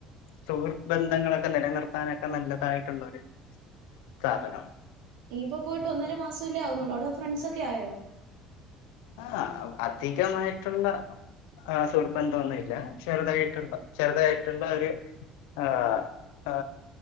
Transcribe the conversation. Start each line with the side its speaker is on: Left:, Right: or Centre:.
Left: സുഹൃത് ബന്ധങ്ങളൊക്കെ നിലനിർത്താനൊക്കെ നല്ലതായിട്ടുള്ളൊരു സ്ഥാപനം
Right: ഇയിപ്പോ പോയിട്ട് ഒന്നര മാസമല്ലേ ആവുന്നുള്ളൂ അവിടെ ഫ്രണ്ട്സൊക്കെ ആയോ
Left: ആ അധികമായിട്ടുള്ള ആ സുഹൃബന്തോന്നില്ല ചെറുതായിട്ടുള്ള ചെറുതായിട്ടുള്ള ഒരു ആ് ആ